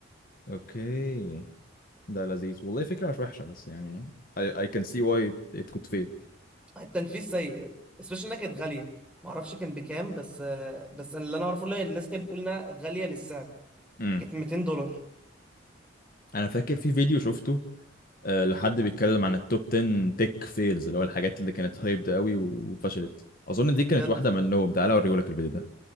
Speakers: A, on the left; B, in the centre.
A: اوكي ده لذيذ والله فكرة مش وحشة بس يعني I, I can see why it, it could fail
B: التنفيذ سيء especially انها كانت غاليه ما اعرفش كان بكام بس آه، بس أنا اللي انا اعرفه ان الناس كانت بتقول انها غاليه للسعر
A: م.
B: كانت 200 دولار
A: انا فاكر في فيديو شفته آه لحد بيتكلم عن التوب 10 تك فيلز اللي هو الحاجات اللي كانت هايبد قوي وفشلت اظن دي
B: بجد
A: كانت واحدة منهم تعالى اوريهولك الفيديو ده